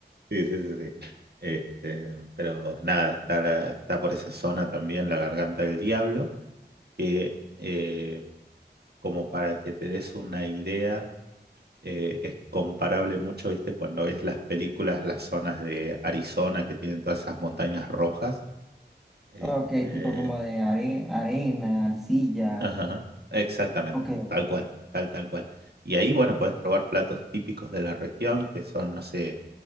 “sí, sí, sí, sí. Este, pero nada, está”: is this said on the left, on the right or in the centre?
Right